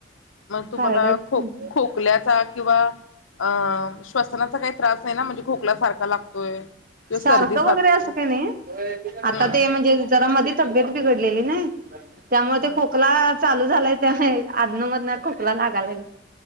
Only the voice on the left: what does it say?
मग तुम्हाला
खो खोकल्याचा किंवा अं श्वसनाचा काही त्रास नाही ना म्हणजे खोकलासारखा लागतोय किंवा
सर्दी साचते
हम्म
हम्म